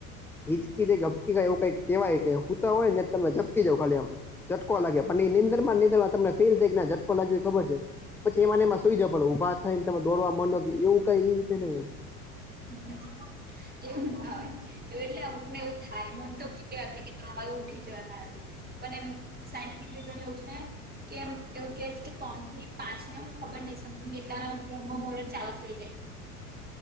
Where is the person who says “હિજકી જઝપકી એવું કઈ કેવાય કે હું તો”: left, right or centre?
Centre